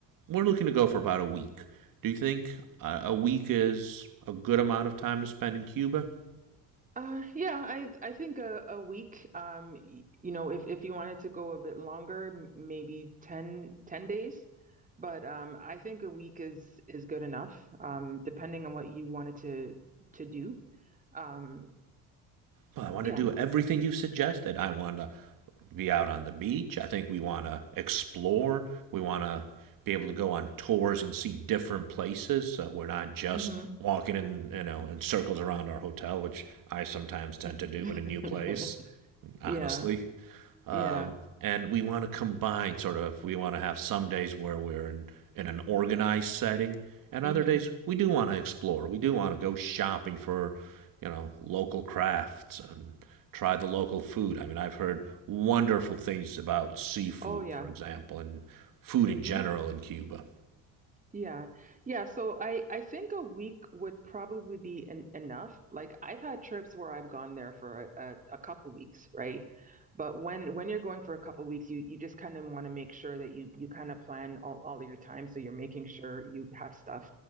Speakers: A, on the right; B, on the right.
A: We're looking to go for about a week. Do you think a, a week is a good amount of time to spend in Cuba?
B: Uh, yeah, I I think a, a week, um, y- you know, if, if you wanted to go a bit longer, m- maybe ten ten days. But um, I think a week is is good enough, um, depending on what you wanted to to do. Um,
A: Well, I want
B: yeah.
A: to do everything you suggested. I want to be out on the beach. I think we want to explore. We want to be able to go on tours and see different places. So we're not just
B: Mm-hmm.
A: walking in, you know, in circles around our hotel, which I sometimes tend
B: <laughs>
A: to do in a new place, honestly.
B: Yeah.
A: Um,
B: Yeah.
A: and we want to combine sort of, we want to have some days where we're in, in an organized setting, and other
B: hmm
A: days we do want to explore. We do want to go shopping for, you know, local crafts and try the local food. I mean, I've heard wonderful things about seafood,
B: Oh, yeah.
A: for example, and food
B: hmm
A: in general in Cuba.
B: Yeah. Yeah. So I I think a week would probably be en enough. Like I've had trips where I've gone there for a, a, a couple weeks, right? But when when you're going for a couple weeks, you you just kind of want to make sure that you you kind of plan all, all of your time so you're making sure you have stuff